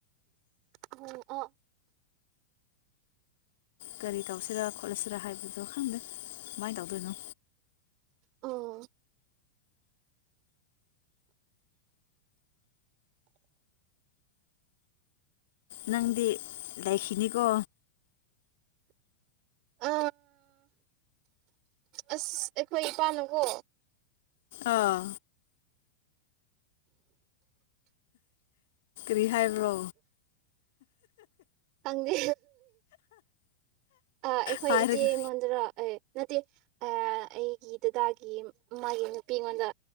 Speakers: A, on the right (about 40°); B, on the left (about 55°).
A: ꯑꯣꯝ ꯑ
B: ꯒꯥꯔꯤ ꯇꯧꯁꯤꯔꯥ ꯈꯣꯠꯂꯁꯤꯔ ꯍꯥꯏꯕꯗꯣ ꯈꯪꯗꯦ ꯃꯥꯏ ꯇꯎꯗꯣꯏꯅꯨ
A: ꯑ
B: ꯅꯪꯗꯤ ꯂꯩꯈꯤꯅꯤꯀꯣ
A: ꯑ ꯑꯁ ꯑꯩꯈꯣꯏ ꯏꯄꯥꯅꯨꯀꯣ
B: ꯑꯥ ꯔꯤꯍꯥꯏꯕ꯭ꯔꯣ
A: ꯍꯪꯦ ꯑ ꯑꯩꯈꯣꯏ
B: ꯍꯥꯏꯔꯒ
A: ꯏꯆꯦ ꯃꯟꯗ꯭ꯔ ꯑꯦ ꯅꯠꯇꯦ ꯑꯩꯒꯤ ꯗꯗꯥꯒꯤ ꯃꯥꯒꯤ ꯅꯨꯄꯤ ꯑꯩꯉꯣꯟꯗ